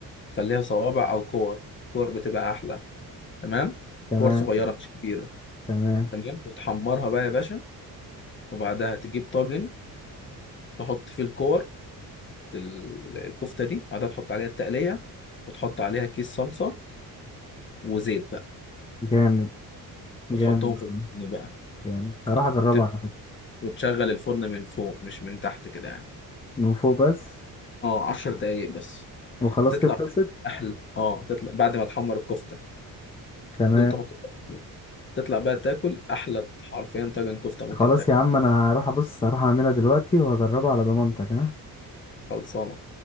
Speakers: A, on the left; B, on the left.
A: خليها صوابع او كور كور بتبقى احلى تمام
B: تمام
A: كور صغيره مش كبيره
B: تمام
A: تمام وتحمرها بقى يا باشا وبعدها تجيب طاجن تحط فيه الكور ال- الكفته دي بعدها تحط عليها التقليه وتحط عليها كيس صلصه وزيت بقى
B: جامد
A: وتحطهم
B: جامد والله،
A: في الفرن بقى
B: جامد هروح اجربها
A: وتب...
B: على فكره
A: وتشغل الفرن من فوق مش من تحت كده يعني
B: من فوق بس
A: اه 10 دقايق بس
B: وخلاص
A: هتطلع
B: كده خلصت
A: احلى اه هتطلع بعد ما تحمر الكفته
B: تمام
A: دول تحط تطلع بقى تاكل احلى حرفيا طاجن كفته ممكن
B: خلاص
A: تاكله
B: يا عم انا هروح ابص هروح اعملها دلوقتي وهجربها على ضمانتك ها
A: خلصانه